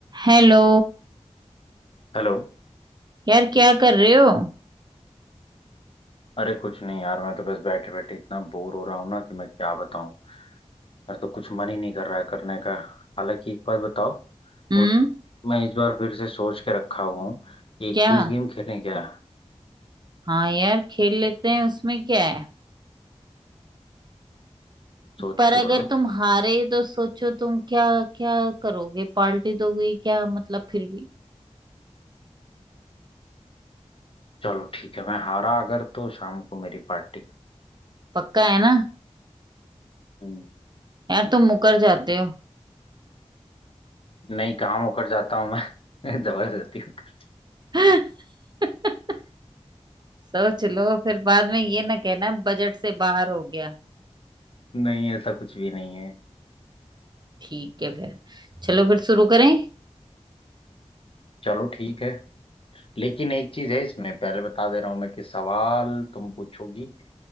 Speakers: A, on the right (about 40°); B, on the left (about 50°).
A: हेलो
B: हेलो
A: यार क्या कर रहे हो
B: अरे कुछ नहीं यार मैं तो बस बैठे बैठे इतना बोर हो रहा हूँ ना कि मैं क्या बताऊँ मेरा तो कुछ मन ही नहीं कर रहा है करने का हालांकि एक बात बताओ
A: हम्म
B: वो मैं इस बार फिर से सोच के रखा हुआ हूँ कि एक
A: क्या
B: क्विज गेम खेलें क्या
A: हाँ यार खेल लेते हैं उसमें क्या है
B: सोच
A: पर अगर
B: के बोलो
A: तुम हारे तो सोचो तुम क्या क्या करोगे पार्टी दोगे क्या मतलब फिर भी
B: चलो ठीक है मैं हारा अगर तो शाम को मेरी पार्टी
A: पक्का है ना
B: हम्म,
A: यार तुम मुकर जाते हो
B: नहीं काम होकर जाता हूँ मैं <laughs> जबरदस्ती होकर।
A: <laughs> सोच लो फिर बाद में ये ना कहना बजट से बाहर हो गया
B: नहीं ऐसा कुछ भी नहीं है
A: ठीक है फिर चलो फिर शुरू करें
B: चलो ठीक है लेकिन एक चीज है इसमें पहले बता दे रहा हूँ मैं कि सवाल तुम पूछोगी